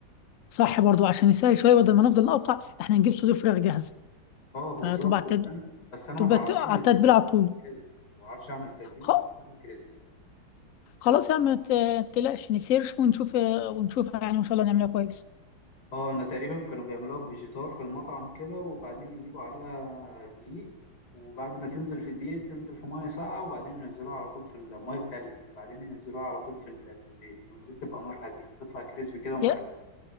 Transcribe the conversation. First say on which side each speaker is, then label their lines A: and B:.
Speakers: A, on the left; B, on the left.
A: صح برضو عشان يسهل شوية بدل ما نفضل نقطع احنا نجيب صدور فراخ جاهزة
B: اه بالظبط
A: فتبقى على التد...
B: فاهم بس انا
A: تبقى
B: ما بعرفش
A: ت- على
B: اعمل التتبيلة
A: التتبيل على طول
B: بتاعت الكريسبي ما بعرفش اعمل التتبيلة
A: خ...
B: بتاعت الكريسبي
A: خلاص يا عم ما ت- تقلقش نسيرش ونشوف ونشوفها يعني وان شاء الله نعملها كويس
B: اه انا تقريبا كانوا بيعملوها بفيجيتار في المطعم كده وبعدين يجيبوا عليها دقيق وبعد ما تنزل في الدقيق تنزل في ميه ساقعه وبعدين ينزلوها على طول في الميه بتلج بعدين ينزلوها على طول في ال- في الزيت والزيت تبقى نار هاديه تطلع كريسبي كده ومقرمش
A: يا